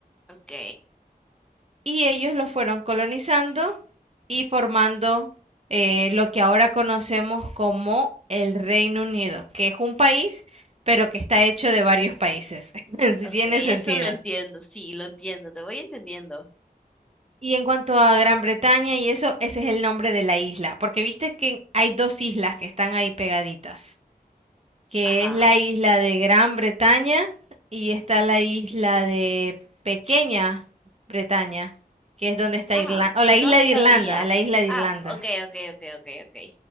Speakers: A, in the centre; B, on the right (about 40°).
A: Ok,
B: y ellos los fueron colonizando y formando eh, lo que ahora conocemos como el Reino Unido, que es un país, pero que está hecho de varios países, <laughs> si
A: ok,
B: tiene sentido.
A: eso lo entiendo, sí, lo entiendo, te voy entendiendo.
B: Y en cuanto a Gran Bretaña y eso, ese es el nombre de la isla, porque viste que hay dos islas que están ahí pegaditas. que
A: Ajá.
B: es la isla de Gran Bretaña y está la isla de Pequeña Bretaña, que es donde está
A: Ah,
B: Irlanda, o la
A: no
B: isla
A: sabía.
B: de Irlanda, la isla de Irlanda.
A: Ah, ok, ok, ok, ok, ok.